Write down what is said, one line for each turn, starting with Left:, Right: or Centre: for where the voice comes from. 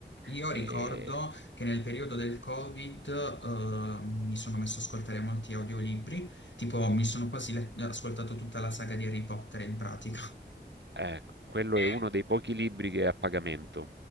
Left: Io
Right: E-
Left: ricordo che nel periodo del Covid, eh, mi sono messo ad ascoltare molti audiolibri, tipo mi sono quasi le- ascoltato tutta la saga di Harry Potter in pratica.
Right: eh, quello
Left: E,
Right: è uno dei pochi libri che è a pagamento.